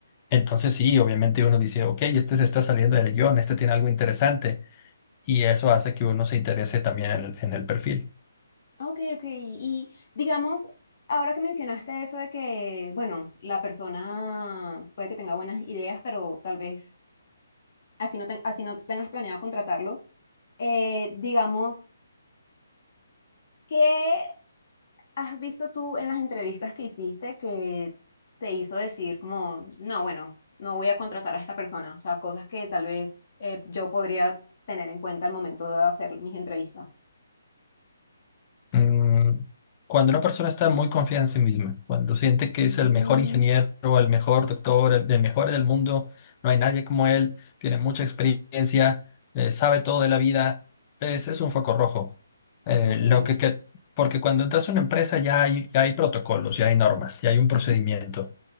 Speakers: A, on the left (about 30°); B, on the left (about 50°).
A: Entonces sí, obviamente uno dice, ok, este se está saliendo del guión, este tiene algo interesante, y eso hace que uno se interese también en el en el perfil.
B: Ok, ok. Y digamos, ahora que mencionaste eso de que, bueno, la persona puede que tenga buenas ideas, pero tal vez así no, ten- así no tengas planeado contratarlo. Eh, digamos, ¿qué has visto tú en las entrevistas que hiciste que te hizo decir como, no, bueno, no voy a contratar a esta persona? O sea, cosas que tal vez eh, yo podría tener en cuenta al momento de hacer mis entrevistas.
A: Mm, Cuando una persona está muy confiada en sí misma, cuando siente que
B: Mm,
A: es el mejor ingeniero, el mejor doctor, el, el mejor del mundo, no hay nadie como él, tiene mucha experiencia, eh, sabe todo de la vida, ese es un foco rojo. Eh,
B: ok.
A: lo que, que- porque cuando entras a una empresa ya hay, ya hay protocolos, ya hay normas, ya hay un procedimiento.
B: Ujú,